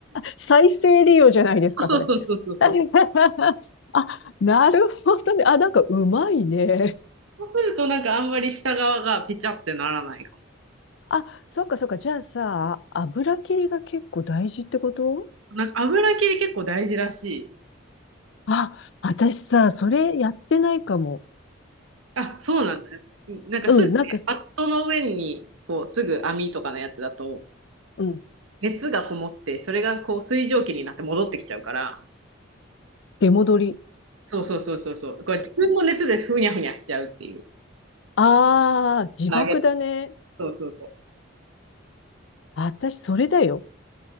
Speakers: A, on the left (about 65°); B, on the right (about 85°).
A: 再生利用じゃないですか、
B: そうそうそうそうそう。
A: それ。<laughs> あ、なるほどね。あ、なんかうまいね。
B: そうするとなんかあんまり下側がペチャってならないか
A: <laughs> あ、そっかそっか。じゃあさ、油切りが結構大事ってこと
B: も。なんか油切り結構大事らしい。
A: あ、私さ、それやってないかも。
B: あ、そうなんだね。なんかすぐね、
A: うん、なんかす、
B: バットの上にこうすぐ網とかのやつだと
A: うん、
B: 熱がこもってそれがこう水蒸気になって戻ってきちゃうから。
A: 出戻り。
B: そうそうそうそうそう。これ自分の熱でふにゃふにゃしちゃうっていう。
A: ああ、自爆だね。
B: 投げ、そうそうそう。
A: 私、それだよ。